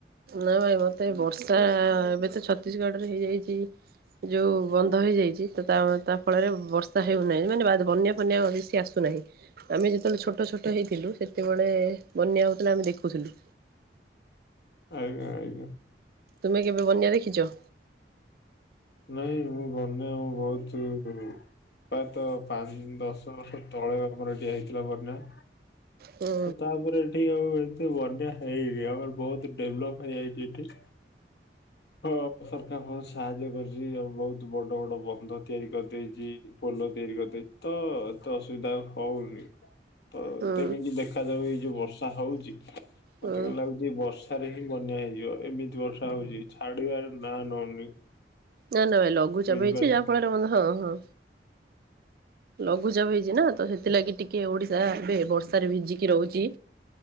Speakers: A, on the right; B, on the left.
A: ନା ଏବ ମତେ ବର୍ଷା ଏବେ ତ ଛତିଶଗଡ଼ ରେ ହେଇଯାଇଚି। ଯୋଉ ବନ୍ଧ ହେଇଯାଇଛି ତ ତା ଫଳରେ ବର୍ଷା ହେଉନାହିଁ ମାନେ ବା ବନ୍ୟା ବନ୍ୟା ବେଶୀ ଆସୁନାହିଁ ଆମେ ଯେତେବେଳେ ଛୋଟ ଛୋଟ ହେଇଥିଲୁ ସେତେବେଳେ ବନ୍ୟା ହେଉଥିଲା ଆମେ ଦେଖୁଥିଲୁ।
B: ଆଜ୍ଞା ଆଜ୍ଞା।
A: ତୁମେ କେବେ ବନ୍ୟା ଦେଖିଚ।
B: ନାଇଁ ମୁଁ ବନ୍ୟା ବହୁତ ଆଗରୁ ପ୍ରାୟତଃ ପାଞ୍ଚ ଦଶ ବର୍ଷ ତଳେ ଆମର ଟିକଏ ହେଇଥିଲା ବନ୍ୟା।
A: ହୁଁ
B: ତାପରେ ଏଠି ଆଉ ଏତେ ବନ୍ୟା ହେଇନି ଆମର ବହୁତ ଡେଭଲପ୍ ହେଇଯାଇଛି ଏଠି। ହଁ ସରକାର ବହୁତ ସାହାଯ୍ୟ କରି ଚି ଆଉ ବହୁତ୍ ବଡ ବଡ ବନ୍ଧ ତିଆରି କରିଦେଇଚି। ପୋଲ ତିଆରି କରିଦେଇ ତ ଏତେ ଅସୁବିଧା ଆଉ ହଉନି। ତ
A: ହୁଁ
B: ତେଣୁ ଦେଖାଯାଉ ଏଇ ଯୋଉ ବର୍ଷା ହଉଛି ମତେ
A: ହୁଁ
B: କାଇଁ ଲାଗୁ ଏ ବର୍ଷାରେ ହିଁ ବନ୍ୟା ହେଇଯିବ ଏମିତି ବର୍ଷା ହଉଛି ଛାଡିବାର ନାଁ ନଉନି।
A: ନା ନା ଭାଇ ଲଘୁଚାପ
B: ବୁଝିପାରିଲେ
A: ହେଇଛି ଯାହା ଫଳରେ ହଁ ହଁ। ଲଘୁଚାପ ହେଇଛି ନା ତ ସେଥିଲାଗି ଟିକେ ଓଡ଼ିଶା ଏବେ ବର୍ଷାରେ ଭିଜିକି ରହୁଛି।